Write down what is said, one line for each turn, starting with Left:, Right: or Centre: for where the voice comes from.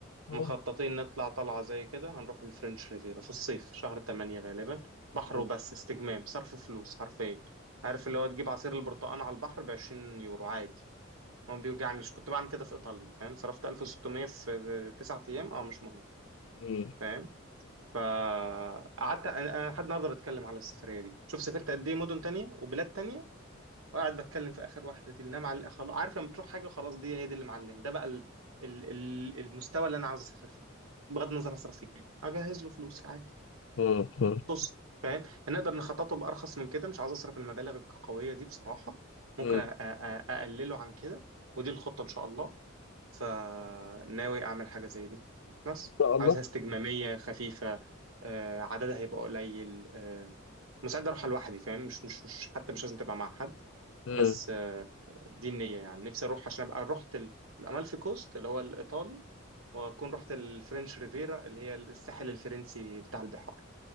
Left: مم.
Right: مخططين نطلع طلعة زي كده هنروح الفرنش ريفيرا في الصيف شهر تمانية غالبا بحر
Left: مم.
Right: وبس استجمام صرف فلوس حرفيا عارف اللي هو تجيب عصير البرتقال على البحر بعشرين يورو عادي ما بيوجعنيش كنت بعمل كده في إيطاليا فاهم صرفت 1600 في تسعة أيام اه مش مهم
Left: مم.
Right: فاهم فقعدت أنا أنا لحد النهاردة بتكلم على السفرية دي شوف سافرت قد إيه مدن تانية وبلاد تانية وقاعد بتكلم في اخر واحده دي اللي انا معل... خلاص عارف لما تروح حاجه وخلاص دي هي دي اللي معلم ده بقى ال... ال... ال- المستوى اللي انا عاوز اسافر فيه بغض النظر اصرف فيه اجهز له فلوسي عادي
Left: مم.
Right: بص فاهم هنقدر نخططه بارخص من كده مش عاوز اصرف المبالغ القويه دي بصراحه ممكن
Left: مم.
Right: أ... أ... أ- اقلله عن كده ودي الخطه ان شاء الله فناوي اعمل حاجه زي دي بس
Left: شاء الله
Right: عاوزها استجماميه خفيفه آه، عددها هيبقى قليل آه، مستعد اروح لوحدي فاهم مش مش مش حتى مش لازم تبقى مع حد
Left: مم.
Right: بس آه، دي النية يعني نفسي أروح عشان أبقى رحت ال- الأمالفي كوست اللي هو الإيطالي وأكون رحت الفرنش ريفيرا اللي هي الساحل الفرنسي بتاع البحار